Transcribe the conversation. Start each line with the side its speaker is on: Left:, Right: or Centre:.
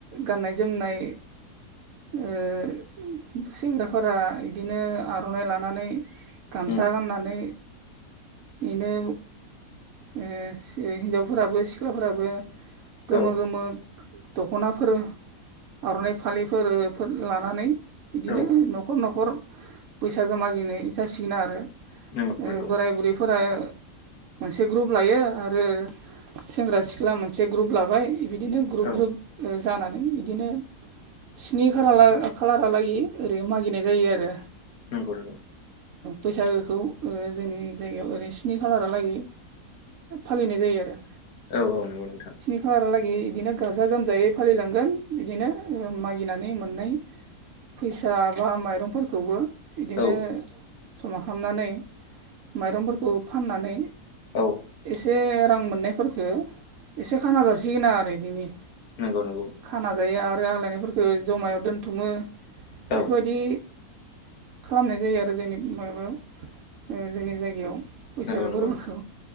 Right: गाननाय जोमनाय ओह सेंग्राफोरा इदिनो आर'नाइ लानानै गामसा
Left: उम
Right: गाननानै इनो ओह हिनजावफोराबो सिख्लाफोराबो गोमो
Left: औ
Right: गोमो दख'नाफोर आर'नाइ फालिफोरो लानानै बिदिनो
Left: औ
Right: न'खर न'खर बैसागो मागिनाय जासिगोन आरो
Left: नंगौ नंगौ
Right: बोराय बुरैफोरा मोनसे ग्रुप लायो आरो सेंग्रा सिख्ला मोनसे ग्रुप लाबाय बिदिनो ग्रुप
Left: औ
Right: ग्रुप जानानै इदिनो स्नि खाला खालारहालागै ओरै मागिनाय जायो आरो
Left: नंगौ नंगौ
Right: बैसागोखौ जोंनि जायगायाव ओरै स्नि खालारा लागै फालिनाय जायो आरो
Left: औ - औ नंगौ नोंथां।
Right: खालारालागै बिदिनो गाजा-गोमजायै फालिलांगोन बिदिनो मागिनानै मोननाय, फैसा बा, माइरंफोरखौबो बिदिनो
Left: औ
Right: समा खालामनानै माइरंफोरखौ फाननानै,
Left: औ
Right: एसे रां मोननायफोरखो, एसे खाना जासिगोना आरो एदिनो
Left: नंगौ-नंगौ।
Right: खाना जायो। आरो आग्लायनायफोरखो जमायाव दोनथुमो। बेफोरबायदि,
Left: औ
Right: खालामनाय जायो। आरो जोंनि माबायाव ओ जोंनि जायगायाव बैसागो
Left: नंगौ
Right: फोरबोखौ।
Left: नंगौ नोंथां